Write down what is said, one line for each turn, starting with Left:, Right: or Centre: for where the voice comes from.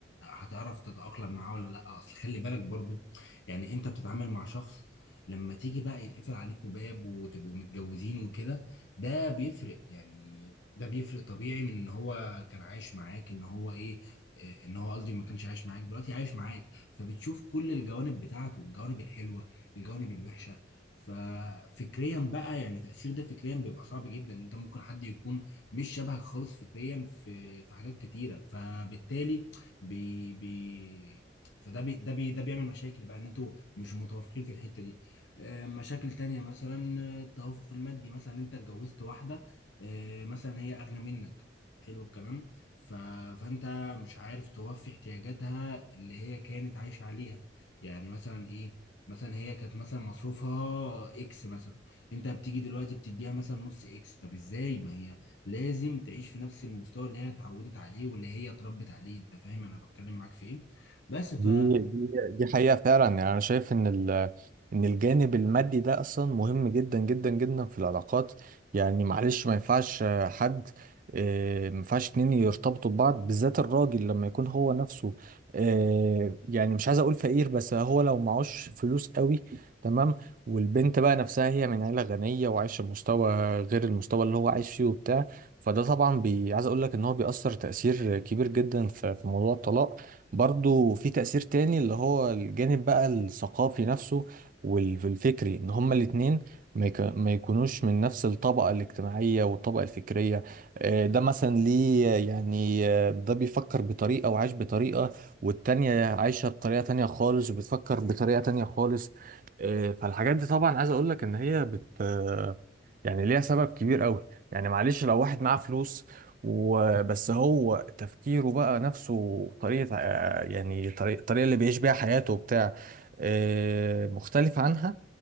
Left: هتعرف تتأقلم معاه ولا لا اصل خلي بالك برضو يعني انت بتتعامل مع شخص لما تيجي بقى يتقفل عليكوا باب وتبقوا متجوزين وكده ده بيفرق يعني ده بيفرق طبيعي من ان هو كان عايش معاك ان هو ايه آه، ان هو قصدي ما كانش عايش معاك دلوقتي عايش معاك فبتشوف كل الجوانب بتاعته الجوانب الحلوه الجوانب الوحشه ففكريا بقى يعني تأثير ده فكريا بيبقى صعب جدا انت ممكن حد يكون مش شبهك خالص فكريا في في حاجات كتيره فبالتالي بي بي فده بي ده بي ده بيعمل مشاكل بقى ان انتوا مش متوافقين في الحته دي آه، مشاكل تانية مثلا آه، التوافق المادي مثلا انت اتجوزت واحده آه، مثلا هي اغنى منك حلو الكلام ف... فانت مش عارف توفي احتياجاتها اللي هي كانت عايشه عليها يعني مثلا ايه مثلا هي كانت مثلا مصروفها اكس مثلا انت بتيجي دلوقتي بتديها مثلا نص اكس طب ازاي ما هي لازم تعيش في نفس المستوى اللي هي اتعودت عليه واللي هي اتربت عليه انت فاهم انا بتكلم معاك في ايه بس ف
Right: دي دي دي حقيقة فعلا يعني أنا شايف إن ال إن الجانب المادي ده أصلا مهم جدا جدا جدا في العلاقات يعني معلش ما ينفعش آه، حد آه، ما ينفعش اتنين يرتبطوا ببعض بالذات الراجل لما يكون هو نفسه آه، يعني مش عايز أقول فقير بس هو لو معهوش فلوس قوي تمام والبنت بقى نفسها هي من عيلة غنية وعايشة بمستوى غير المستوى اللي هو عايش فيه وبتاع فده طبعا بي عايز أقول لك إن هو بيأثر تأثير كبير جدا في في موضوع الطلاق برضو في تأثير تاني اللي هو الجانب بقى الثقافي نفسه وال- والفكري ان هما الاتنين ما يك- ما يكونوش من نفس الطبقة الاجتماعية والطبقة الفكرية آه، ده مثلا ليه يعني آه، ده بيفكر بطريقة وعايش بطريقة والتانية عايشة بطريقة تانية خالص وبتفكر بطريقة تانية خالص آه، فالحاجات دي طبعا عايز اقولك ان هي بت آه، يعني ليها سبب كبير قوي يعني معلش لو واحد معاه فلوس وبس هو تفكيره بقى نفسه طريقة آه، يعني طريقة الطريقة اللي بيعيش بيها حياته وبتاع آه، مختلف عنها